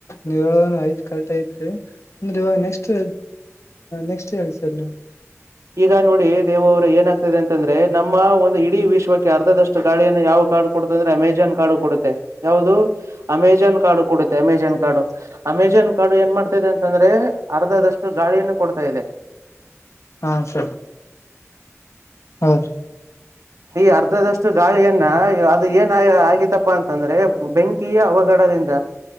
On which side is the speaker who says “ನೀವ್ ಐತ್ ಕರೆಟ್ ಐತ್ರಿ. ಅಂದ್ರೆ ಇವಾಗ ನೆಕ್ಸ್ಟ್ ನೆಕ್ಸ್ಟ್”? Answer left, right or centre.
Left